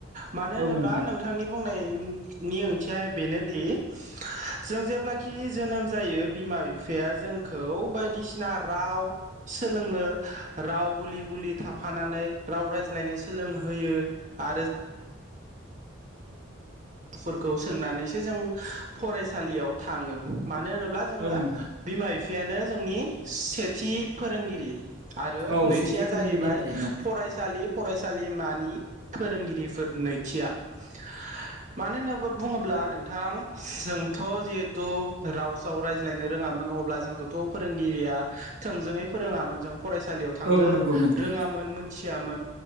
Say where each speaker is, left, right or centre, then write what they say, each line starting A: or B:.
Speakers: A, on the right (about 35°); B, on the right (about 70°).
A: मानो होनोब्ला
B: औ नोंथां
A: नोंथांनि बुं ओंथिया बेनोदि जों जेब्लाखि जोनोम जायो बिमा बिफाया जोंखौ बायदिसिना राव। सोलोंनो राव गुलि गुलि थाफानानै राव रायज्लायनो सोलोंहोयो। आरो फोरखौ सोंनानैसो जों फरायसालियाव थाङो। मानो होनोब्ला जोङो
B: औ नोंथां
A: बिमा बिफायानो जोंनि सेथि फोरोंगिरि। आरो
B: औ
A: नैथिया
B: सेथि फोरोंगिरि
A: जाहैबाय
B: होनजायो
A: फरायसालि फ फानसालिमानि फोरोंगिरिफोर नैथिया <unintelligible> मानो होनोब्ला बुङोब्ला नोंथां जोंथ' जिहेथु रावसाव रायज्लायनो रोङामोन। अब्ला जोंखौथ' फोरोंगिरिया थोंजोङै फोरोङामोन जों फरायसालियाव थांनो
B: औ नंगौ नोंथां
A: रोङामोन मोन